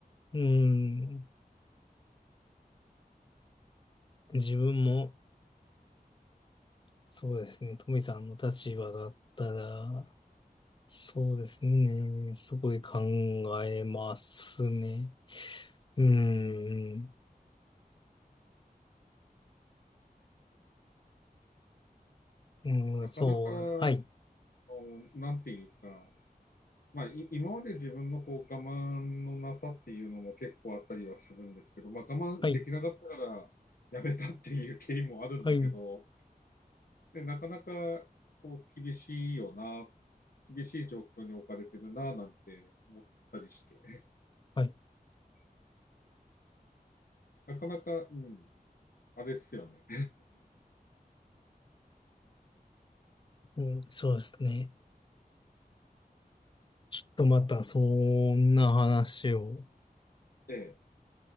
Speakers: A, on the left; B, on the left.
A: うん、自分も、そうですね、富さんの立場だったら、そうですね。すごい考えますね。うーん。うん、
B: なかなか、
A: そう。はい。
B: あの、なんていうか、まあ、い今まで自分のこう我慢のなさっていうのも結構あったりはするんですけど、まあ、我慢できなかったからやめたっていう経緯もあるんだけど、
A: はい。はい。
B: でなかなかこう厳しいよな、厳しい状況に置かれてるななんて思ったりして、
A: はい。
B: <laughs> なかなか、うん、あれっすよね。
A: うん、そうですね。ちょっとまた、そんな話を、
B: <laughs> ええ、